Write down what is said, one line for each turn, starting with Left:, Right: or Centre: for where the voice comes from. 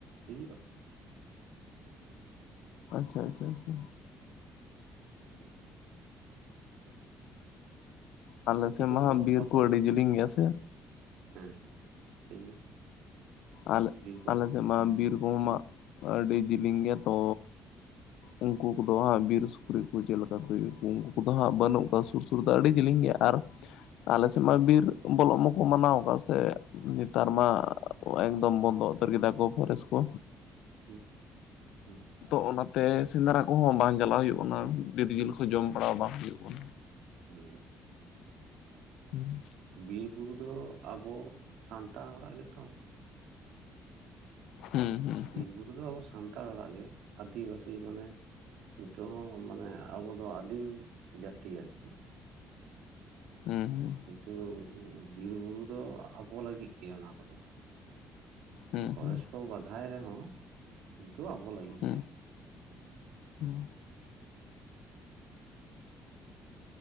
Right: ᱦᱤᱭᱩᱜ-ᱟ ᱾ ᱦᱩᱸ
Left: ᱟᱪᱷᱟ ᱟᱪᱷᱟ ᱪᱷᱟ
Right: ᱦᱩᱸ
Left: ᱟᱞᱮ
Right: ᱦᱟᱹᱛᱤ
Left: ᱥᱮᱫ
Right: ᱠᱚᱫᱚ
Left: ᱢᱟ ᱦᱟᱸᱜ ᱵᱤᱨ
Right: ᱵᱟᱠᱚ
Left: ᱠᱚ
Right: ᱧᱟᱢᱚᱜᱼᱟ
Left: ᱟᱹᱰᱤ ᱡᱮᱞᱮᱧ ᱜᱮᱭᱟ ᱥᱮ
Right: ᱦᱮᱸ ᱦᱮᱸ ᱞᱟᱹᱭ ᱵᱤᱱ
Left: ᱟᱞᱮ
Right: ᱵᱤᱨᱵᱟᱲ
Left: ᱟᱞᱮ ᱥᱮᱫ ᱢᱟ
Right: ᱦᱮᱸ
Left: ᱵᱤᱨ ᱠᱚᱦᱚᱸ ᱢᱟ ᱟᱹᱰᱤ ᱡᱮᱞᱮᱧ ᱜᱮᱭᱟ ᱛᱚ ᱩᱱᱠᱩ ᱩᱱᱠᱩ ᱫᱚ ᱦᱟᱸᱜ ᱵᱤᱨ ᱥᱩᱠᱨᱤ ᱠᱚ ᱪᱮᱫ ᱞᱮᱠᱟ ᱛᱮ <unintelligible> ᱠᱚ ᱩᱱᱠᱩ ᱠᱚᱫᱚ ᱦᱟᱸᱜ ᱵᱟᱹᱱᱩᱜ ᱠᱚᱣᱟ ᱥᱩᱨ ᱥᱩᱨ ᱫᱚ ᱟᱹᱰᱤ ᱡᱤᱞᱤᱧ ᱜᱮᱭᱟ ᱟᱨ
Right: <inaudible>
Left: ᱟᱞᱮ ᱥᱮᱫ
Right: ᱦᱩᱸ
Left: ᱢᱟ ᱵᱤᱨ ᱵᱚᱞᱚᱜ ᱢᱟᱠᱚ ᱢᱟᱱᱟᱣ ᱟᱠᱟᱫ ᱥᱮ ᱱᱮᱛᱟᱨ ᱢᱟ᱾ ᱮᱠᱫᱚᱢ ᱵᱚᱱᱫᱚ ᱩᱛᱟᱹᱨ ᱠᱮᱫᱟ ᱠᱚ ᱯᱷᱚᱨᱮᱥᱴ ᱠᱚ
Right: ᱦᱩᱸ ᱦᱩᱸ
Left: ᱛᱚ ᱚᱱᱟᱛᱮ ᱥᱮᱸᱫᱽᱨᱟ ᱠᱚᱦᱚᱸ ᱵᱟᱝ ᱪᱟᱞᱟᱜ ᱦᱩᱭᱩᱜ ᱠᱟᱱᱟ ᱵᱤᱨ ᱡᱤᱞ ᱠᱚ ᱡᱚᱢ ᱵᱟᱲᱟᱣ ᱵᱟᱝ ᱦᱩᱭᱩᱜ ᱠᱟᱱᱟ᱾
Right: ᱦᱮᱸ
Left: ᱦᱮᱸ
Right: ᱵᱤᱨ ᱵᱩᱨᱩ ᱫᱚ ᱟᱵᱚ ᱥᱟᱱᱛᱟᱲ ᱦᱚᱲᱟᱜ ᱜᱮᱛᱚ
Left: ᱦᱩᱸ ᱦᱩᱸ
Right: ᱵᱤᱨ ᱵᱩᱨᱩ ᱫᱚ ᱟᱵᱚ ᱥᱟᱱᱛᱟᱲ ᱦᱚᱲᱟᱜ ᱜᱮ ᱟᱹᱫᱤᱵᱟᱹᱥᱤ ᱢᱟᱱᱮ ᱱᱤᱛᱚᱜ ᱦᱚᱸ ᱢᱟᱱᱮ ᱟᱵᱚ ᱫᱚ ᱟᱹᱫᱤᱢ ᱡᱟᱹᱛᱤ ᱟᱨᱠᱤ
Left: ᱦᱮᱸ ᱦᱮᱸ
Right: ᱠᱤᱱᱛᱩ ᱵᱤᱨ ᱵᱩᱨᱩ ᱫᱚ ᱟᱵᱚ ᱞᱟᱹᱜᱤᱫ ᱜᱮ ᱚᱱᱟ ᱠᱚᱫᱚ᱾
Left: ᱦᱩᱸ ᱦᱩᱸ
Right: ᱯᱷᱚᱨᱮᱥ
Left: ᱦᱩᱸ
Right: ᱠᱚ ᱵᱟᱫᱷᱟᱭ ᱨᱮᱦᱚᱸ ᱠᱤᱱᱛᱩ ᱟᱵᱚ ᱞᱟᱹᱜᱤᱫ
Left: ᱦᱩᱸ
Right: ᱜᱮ ᱟᱨᱠᱤ᱾
Left: ᱦᱩᱸ
Right: ᱦᱮᱸ